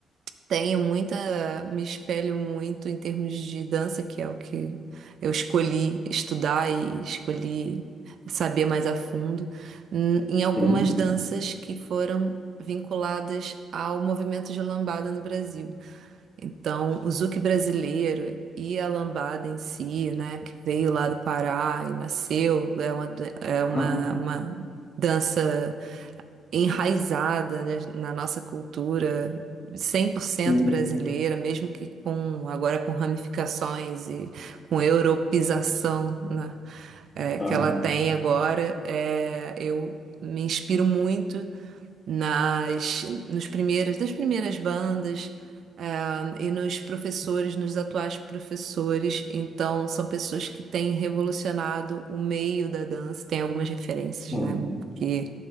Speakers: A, on the right; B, on the left.
A: tenho muita, me espelho muito em termos de dança, que é o que eu escolhi estudar e escolhi saber mais a fundo, n- em algumas
B: sim,
A: danças que foram vinculadas ao movimento de lambada no Brasil. Então, o Zouk brasileiro e a lambada em si, né, que veio lá do Pará e nasceu, é uma, dan- é
B: aham,
A: uma, uma dança enraizada, né, na nossa cultura, cem por cento
B: sim,
A: brasileira, mesmo que com agora com ramificações e com europeização, né, é, que
B: aham,
A: ela tem agora, é, eu me inspiro muito nas nos primeiras das primeiras bandas e nos professores, nos atuais professores. Então, são pessoas que têm revolucionado o meio da dança. Tem algumas referências,
B: sim,
A: né? Que